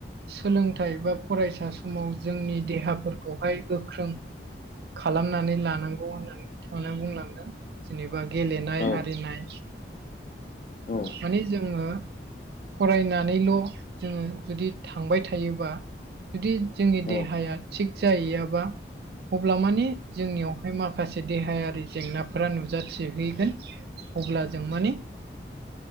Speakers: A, on the right; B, on the left.
A: सोलोंथाइ बा फरायसा समाव जोंनि देहाफोरखौहाय गोख्रों खालामनानै लानांगौ होननानै नोंथमोना बुंलांदों। जेनेबा गेलेनाय
B: औ
A: आरिनाय
B: औ
A: माने जोङो फरायनानैल' जोङो जुदि थांबाय थायोबा। जुदि जोंनि
B: औ
A: देहाया थिग जाहैयाबा। अब्ला माने जोंनियावहाय माखासे देहायारि जेंनाफोरा नुजाथि हैैगोन। अब्ला जों माने